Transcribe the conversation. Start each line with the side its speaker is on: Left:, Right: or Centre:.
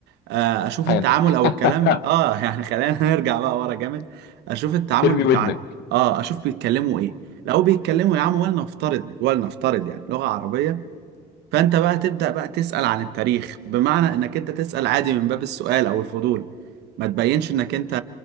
Right: آه، اشوف
Left: حانا
Right: التعامل
Left: <laughs>
Right: او الكلام اه يعني خلينا <laughs> نرجع بقى ورا جامد اشوف التعامل
Left: ترمي
Right: بتاع
Left: ودنك
Right: اه اشوف بيتكلموا ايه لو بيتكلموا يا عم ولنفترض ولنفترض يعني لغه عربيه فانت بقى تبدا بقى تسال عن التاريخ بمعنى انك انت تسال عادي من باب السؤال او الفضول ما تبينش انك انت